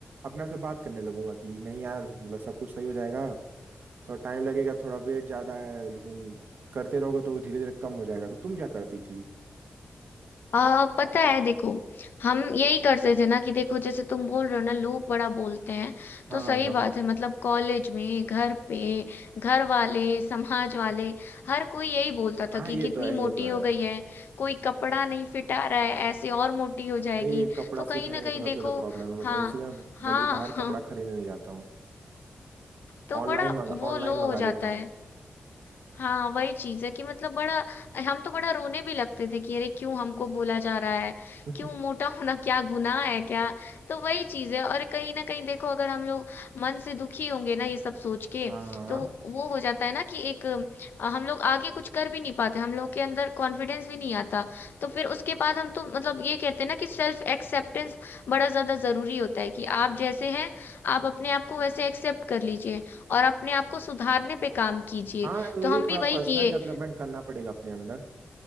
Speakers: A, on the right; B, on the left.
A: अपने आप से बात करने लगूंगा कि नहीं यार मतलब सब कुछ सही हो जाएगा थोड़ा टाइम लगेगा थोड़ा वेट ज्यादा है लेकिन करते रहोगे तो धीरे धीरे कम हो जाएगा तो तुम क्या करती थी
B: आ, पता है देखो हम यही करते थे ना कि देखो जैसे तुम बोल रहे हो ना लोग बड़ा बोलते हैं
A: हाँ
B: तो सही
A: हाँ हाँ
B: बात है मतलब कॉलेज में घर पे घर वाले समाज वाले हर कोई यही बोलता
A: हाँ
B: था
A: ये
B: कि कितनी
A: तो है
B: मोटी
A: ये तो है
B: हो गई है कोई कपड़ा नहीं फिट आ रहा है ऐसे और मोटी हो जाएगी
A: अरे ये कपड़ा
B: तो
A: फिट
B: कहीं
A: होने
B: ना कहीं
A: का तो सबसे
B: देखो
A: ज्यादा प्रॉब्लम है
B: हाँ
A: मतलब इसीलिए मैं
B: हाँ
A: जल्दी बाहर
B: <laughs> हाँ
A: कपड़ा खरीदने नहीं जाता हूँ
B: तो
A: ऑनलाइन
B: बड़ा
A: मंगा
B: वो
A: ऑनलाइन
B: लो
A: मंगा
B: हो जाता
A: लेता
B: है
A: हूँ
B: हाँ वही चीज है कि मतलब बड़ा हम तो बड़ा रोने भी लगते थे कि अरे क्यों हमको बोला जा रहा है
A: <laughs>
B: क्यों मोटा होना क्या गुनाह है क्या तो वही चीज है और कहीं ना कहीं देखो अगर हम लोग मन से दुखी होंगे ना ये सब सोच के
A: हाँ हाँ
B: तो वो हो जाता है ना कि एक अ, हम लोग आगे कुछ कर भी नहीं पाते हम लोग के अंदर कॉन्फिडेंस भी नहीं आता तो फिर उसके बाद हम तो मतलब ये कहते हैं ना कि सेल्फ एक्सेप्टेंस बड़ा ज्यादा जरूरी होता है कि आप जैसे हैं आप अपने आप को वैसे एक्सेप्ट कर लीजिए और अपने आप को सुधारने पे काम कीजिए
A: हाँ वही
B: तो हम भी
A: थोड़ा
B: वही
A: पर्सनल
B: किए
A: डेवलपमेंट करना पड़ेगा अपने अंदर